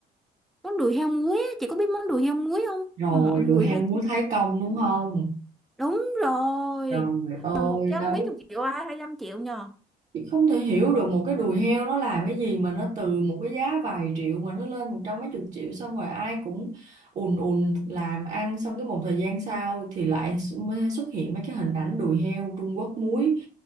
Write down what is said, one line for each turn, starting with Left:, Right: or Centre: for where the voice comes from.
Centre: Món đùi heo muối á, chị có biết món đùi heo muối không?
Right: rồi
Centre: Mà mọi
Right: đùi
Centre: người
Right: heo
Centre: hay
Right: muốn
Centre: chia
Right: Thái Công đúng không
Centre: Đúng rồi.
Right: trời ơi
Centre: Mà một trăm
Right: đấy
Centre: mấy chục triệu ai hai trăm triệu nhờ.
Right: Chị không thể hiểu được một cái đùi heo nó làm cái gì mà nó từ một cái giá vài triệu mà nó lên một trăm mấy chục triệu xong rồi ai cũng ùn ùn làm ăn xong cái một thời gian sau thì lại xu- mới xuất hiện mấy cái hình ảnh đùi heo Trung Quốc muối